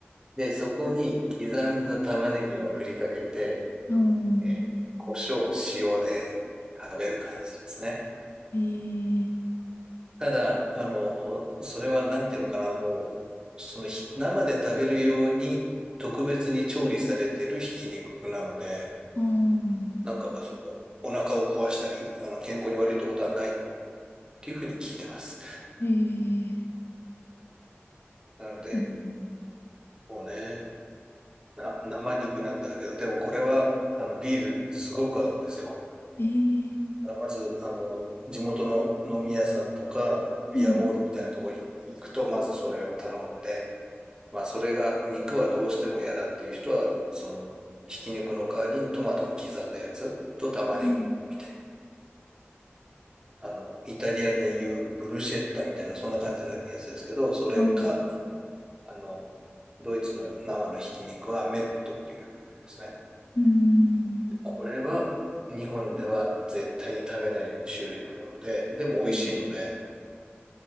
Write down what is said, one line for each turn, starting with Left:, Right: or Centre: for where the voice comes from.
Right: で、そこに刻んだ玉ねぎを振りかけて、
Left: うん。
Right: えー、胡椒、塩で食べる感じですね。
Left: ええ
Right: ただ、あの、それはなんていうのかな、もう、そのひ生で食べるように特別に調理されてるひき肉なので、
Left: うん。
Right: なんかその、お腹を壊したり、あの、健康に悪いってことはないっていうふうに聞いてます。
Left: ええ
Right: なので、
Left: うん
Right: こうね、な、生肉なんだけど、でもこれは、あの、ビールにすごく合うんですよ。
Left: ええ
Right: まず、あの、地元の飲み屋さんとか、ビアホールみたいなところに行くと、
Left: うん。
Right: まずそれを頼んで、まあ、それが、肉はどうしても嫌だっていう人は、その、ひき肉の代わりにトマトの刻んだやつと玉ねぎみたい
Left: うん。
Right: な。あの、イタリアでいうブルシェッタみたいな、そんな感じのやつですけど、それか、
Left: ああ。
Right: あの、ドイツの生のひき肉はメットっていう名前ですね。
Left: うん。
Right: これは日本では絶対に食べない種類のもので、でも美味しいので、
Left: うん。